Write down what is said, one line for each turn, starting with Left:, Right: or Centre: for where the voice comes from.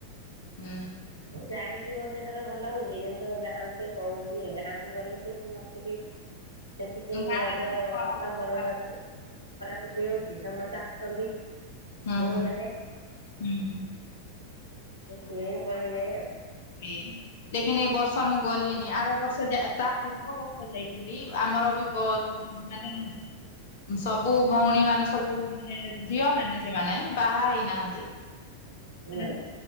Left: ହୁଁ।
Right: ମୁଁ ଜାଣିଚି ଭୁବନେଶ୍ୱର ରେ ଭଲ ହଉଚି କିନ୍ତୁ ଗାଁ କୁ ଟିକେ ପଳଉଚି ଗାଁ କୁ ଗଲେ ଟିକେ ସମସ୍ତଙ୍କି। ଦେଖୁଚ ଏ
Left: ଗାଁରେ
Right: ରଜ
Left: କେମିତି କଣ ରଜ
Right: ସମର
Left: ପାଳନ
Right: ର।
Left: ହଉଛି?
Right: ସେଠି ହଉଛି ସମସ୍ତେ ଆସୁଛନ୍ତି।
Left: ହଁ
Right: ଭଉଣୀ
Left: ହଁ
Right: ମାନେ
Left: ହୁଁ।
Right: ସେ ପଳେଇଯାଏ ଆଉ।
Left: ହଁ ଲେକିନ ଏଇ । ତ ମୁଁ ଗଲିନି ଆରବର୍ଷ ଯାଇ ତା ପୂର୍ବ ବର୍ଷ। ଯାଇଥିଲି ଆମର ବି ମାନେ ସବୁ ଭଉଣୀ ମାନେ ସବୁ ଝିଅ ମାନେ ସେମାନେ ବାହାହେଇନାହାନ୍ତି।
Right: ହୁଁ
Left: ମାନେ